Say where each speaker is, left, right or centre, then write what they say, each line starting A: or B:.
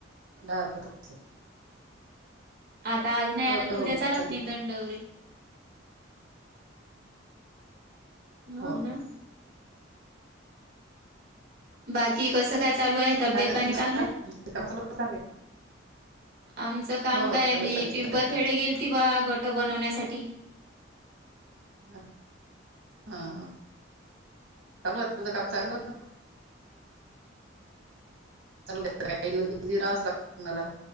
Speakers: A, on the right; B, on the right.
A: झालं तुमचं.
B: आता आज नाही
A: हो
B: आला तर, उद्या
A: हो
B: चालत
A: चालते
B: नि दंडवररी. हा
A: हो हो
B: व ना? बाकी कसं काय चालू आहे, तब्येत
A: तुमचं
B: पाणी चांगले?
A: काम तुमचे काम चालू चांगले
B: आमचं काम
A: हो हो
B: काय,
A: तब्येत
B: मी
A: पाणी सगळ्यात
B: पिंपरखेडे गेल ती बा गोट बनवण्यासाठी.
A: ह हा ह. चालू तुझं, काम चांगलं. काही दिवस बिझी राहावच लागत मला,